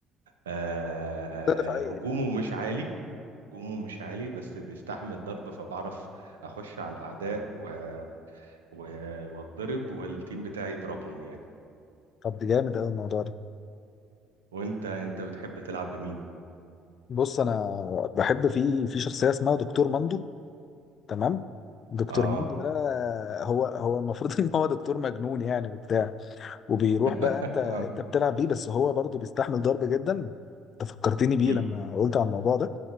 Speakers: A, on the right; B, on the left.
A: آه
B: ده دفاعيه
A: هجومه
B: يعني
A: مش عالي هجومه مش عالي بس بيستحمل ضرب فبعرف اخش على الاعداء و... و... واتضرب والتيم بتاعي يضربهم يعني
B: طب دي جامد قوي الموضوع ده
A: وانت انت بتحب تلعب بمين
B: بص انا بحب في في شخصيه اسمها دكتور مندو تمام دكتور
A: اه
B: مندو ده هو هو المفروض <laughs> ان هو دكتور مجنون يعني وبتاع وبيروح
A: <laughs>
B: بقى انت انت
A: اه
B: بتلعب بيه بس هو برضه بيستحمل ضرب جدا انت فكرتني بيه
A: مم.
B: لما قلت على الموضوع ده